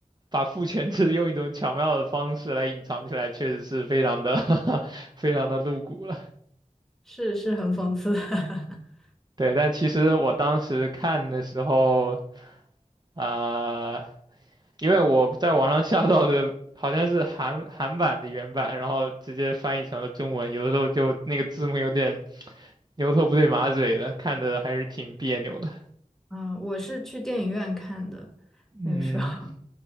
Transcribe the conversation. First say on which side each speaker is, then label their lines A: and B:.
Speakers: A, on the right; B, in the centre.
A: 把父权制用一种巧妙的方式来隐藏起来，确实是非常的 <laughs> 非常的露骨了。
B: 是是很讽刺的。<laughs>
A: 对，但其实我当时看的时候，啊、因为我在网上下到的好像是韩韩版的原版，然后直接翻译成了中文，有的时候就那个字幕有点牛头不对马嘴的，看着还是挺别扭的。
B: 嗯，我是去电影院看的，
A: 嗯，
B: 那个时候。